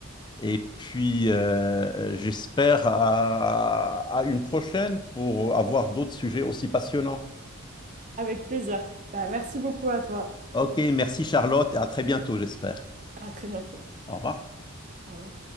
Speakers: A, on the left; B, on the right.
A: Et puis, euh, j'espère à, à une prochaine pour avoir d'autres sujets aussi passionnants.
B: Avec plaisir. Bah, merci beaucoup à toi.
A: Ok, merci Charlotte et à très bientôt, j'espère.
B: À très bientôt.
A: Au revoir.
B: Au revoir.